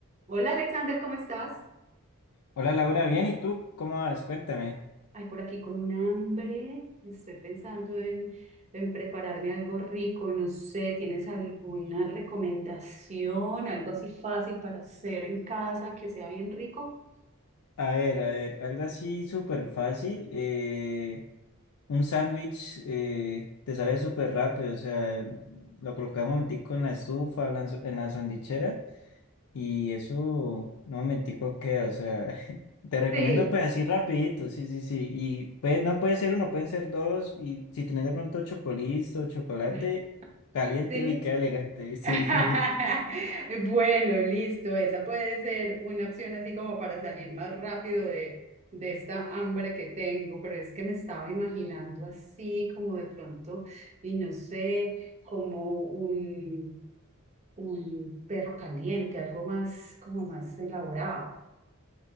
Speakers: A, on the right; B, on the left.
A: Hola Alexander, ¿cómo estás?
B: Hola Laura, bien, ¿y tú cómo vas? Cuéntame.
A: Ay, por aquí con un hambre. Estoy pensando en, en prepararme algo rico. No sé, ¿tienes alguna recomendación? Algo así fácil para hacer en casa que sea bien rico.
B: A ver, a ver, algo así súper fácil. eh, un sándwich eh, te sale súper rápido, o sea, lo colocas un momentico en la estufa, en la s- en la sandwichera y eso un momentico queda, o sea, <laughs> te recomiendo
A: Sí,
B: pues así rapidito, sí, sí, sí. Y pues no puede ser uno, pueden ser dos y si tenés de pronto chocolito, chocolate
A: <laughs>
B: caliente,
A: sí.
B: uy, qué elegante, sí.
A: <laughs>
B: <laughs>
A: Bueno, listo. Esa puede ser una opción así como para salir más rápido de, de esta hambre que tengo, pero es que me estaba imaginando así como de pronto, y no sé, como un, un perro caliente, algo más, como más elaborado.